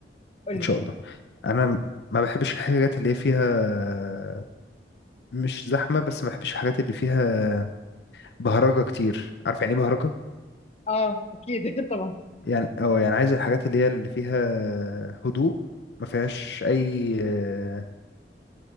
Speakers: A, on the left; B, on the left.
A: قول
B: إن
A: لي
B: شاء الله أنا ما بحبش الحاجات اللي هي فيها مش زحمة بس ما بحبش الحاجات اللي فيها بهرجة كتير عارف يعني ايه بهرجة
A: اه اكيد <laughs> طبعا
B: يعني اه يعني عايز الحاجات اللي هي اللي فيها هدوء ما فيهاش اي آه،